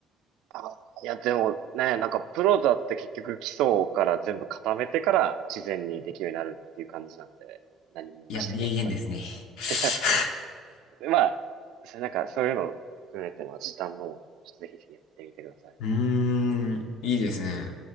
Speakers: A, on the right (about 80°); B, on the left (about 75°).
A: あー、いや、でもね、なんかプロだって結局基礎から全部固めてから自然にできるようになるっていう感じなんで、何にしてもやっぱり。
B: いや、名言ですね。<laughs>
A: いや、まあ、それなんかそういうの含めても時短の方をちょっとぜひぜひやってみてください。
B: うーん、いいですね。